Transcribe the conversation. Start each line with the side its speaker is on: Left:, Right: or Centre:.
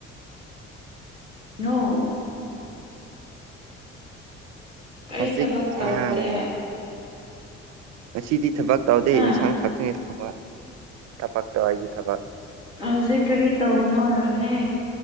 Left: ꯅꯧ ꯀꯔꯤ
Right: ꯍꯧꯖꯤꯛ
Left: ꯊꯕꯛ
Right: ꯑꯥ
Left: ꯇꯧꯔꯒꯦ
Right: ꯉꯁꯤꯗꯤ ꯊꯕꯛ ꯇꯧꯗꯦ
Left: ꯍꯥ
Right: ꯏꯟꯁꯥꯡ ꯈꯛꯇꯒꯤ ꯊꯕ ꯊꯕꯛꯇꯧ ꯑꯩꯒꯤ ꯊꯕꯛ
Left: ꯍꯧꯖꯤꯛ ꯀꯔꯤ ꯇꯧꯕꯅꯣ ꯍꯥꯏꯕꯅꯦ